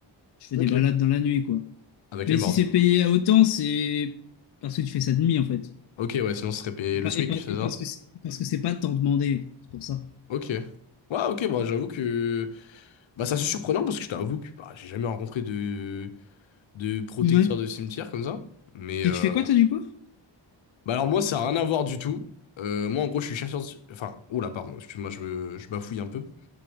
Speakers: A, on the left; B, on the left.
A: Je fais
B: Ok.
A: des balades dans la nuit, quoi.
B: Avec
A: Mais
B: les mordus
A: si c'est
B: quoi.
A: payé à autant, c'est parce que tu fais ça de nuit, en fait.
B: Ok ouais, sinon ce serait payé
A: Et, pas,
B: le SMIC,
A: et, pas-
B: c'est
A: et
B: ça?
A: parce que c'est, parce que c'est pas tant demandé. C'est pour ça.
B: Ok. Ouais ok, bah j'avoue que... Bah ça c'est surprenant parce que je t'avoue que bah, j'ai jamais rencontré de... de protecteur
A: Ouais.
B: de cimetière comme ça. Mais...
A: Tu,
B: euh,
A: tu fais quoi, toi, du coup?
B: Bah alors moi, ça n'a rien à voir du tout. Euh, moi, en gros, je suis chasseur de... Enfin, oula, pardon, excuse-moi, je, me- je bafouille un peu.